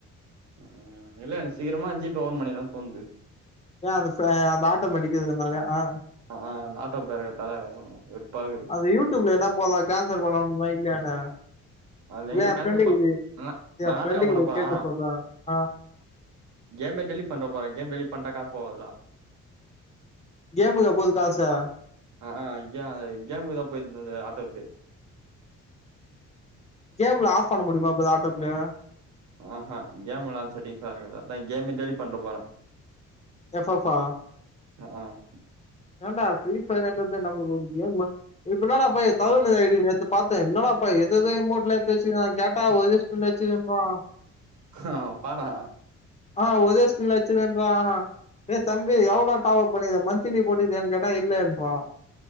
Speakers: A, on the right; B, on the left.
A: ஆ இல்ல எனக் சீக்கிரமா ஜீப்பே ஒபன் பண்ணிருவேனு தோனுது
B: ஏ அந்த ஃபே அந்த ஆட்டோ மேட்டிக்குதுனாலயா ஆ.
A: ஆ அந்த ஆட்டோ பேருக்கத்தால கொஞ்ச வெறுப்பாகுது.
B: அது யூடியூப்ல என்ன போதா கேன்சல் பண்ண முடியுமா இல்லையானே
A: அது
B: இல்ல
A: எங்க
B: என்
A: கேன்சல்
B: ஃப்ரெண்டு
A: பண்ண
B: இது
A: நானாது
B: என் ஃப்ரெண்டு
A: டா ஒன்ன
B: கிட்ட
A: போனா
B: கேட்டு சொல்றேன்
A: என்ன கேலி பண்ற ஒரு கேம் ரெடி பண்றா காஸ் போவாதுலா
B: கேமுக்கா போது காசு
A: ஆஹ் ஆஹ கே கேம் குத போய்றது ஆட்டோக்கு
B: கேம்ல ஆஃப் பண்ண முடியுமா இப்ப இத ஆட்டோப்ல
A: ஆஹா கேம் விளான் செட்டிங்சா இருக்கு அதா கேமமே டெலிட் பண்ற போறே
B: எஃப்ஃபா
A: ஆஹ ஆஹ்
B: ஏன்டா ஃப்ரீபர்ன்றது நம்ம ஒரு கேம் மார் இப்ப என்னடா பய தவழ்மை ஐ டி நேத்து பாத்தே என்னடாப்பா எதுஎதோ ம்மொட்டல எத்து வச்சுங்னா நா கேட் ப்பா ஒரு ஃபுல்ல வச்சுக்கணுப்பா
A: அஹ் அப்பாடா
B: ஆ ஒதே ஸ்பின்ல வச்சுதுன்றா ஏ தம்பி எவ்வளோடா டாவப் பண்ணிருக்க மந்த்தலி போட்ருக்கியானு கேட்டா இல்லலைன்றா